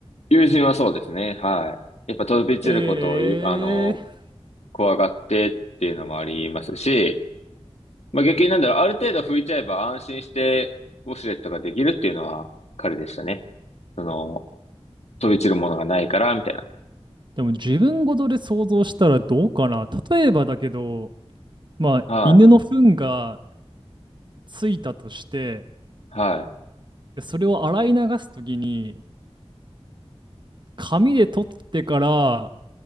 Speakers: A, on the left; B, on the right.
A: 友人はそうですね。はい。やっぱ飛び散ることをゆ、
B: ええ
A: あの、怖がってっていうのもありますし、まあ、逆になんだろう、ある程度拭いちゃえば安心してウォシュレットができるっていうのは彼でしたね。その、飛び散るものがないから、みたいな。
B: でも自分ごとで想像したらどうかな。例えばだけど、まあ、
A: は
B: 犬の糞がついたとして、
A: い。は
B: それを洗い流すときに、紙で取ってから